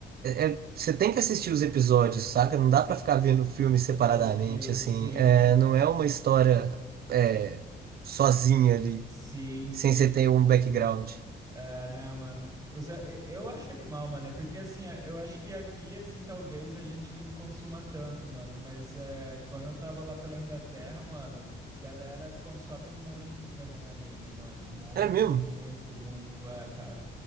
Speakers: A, on the right; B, on the right.
A: é- é- você tem que assistir os episódios, saca? Não dá pra ficar vendo o filme separadamente,
B: Só os filmes,
A: assim.
B: sim.
A: É, não é uma história é, sozinha ali,
B: Sim, sim.
A: sem você ter um background.
B: É, não, mano. Eu, só- eu eu acho animal, mano. É porque, assim, é- eu acho que aqui, assim, talvez a gente não consuma tanto, mano. Mas é, quando eu tava lá pela Inglaterra, mano, galera consome muito também anime, mano. Muito,
A: É mesmo?
B: muito, muito. É, cara.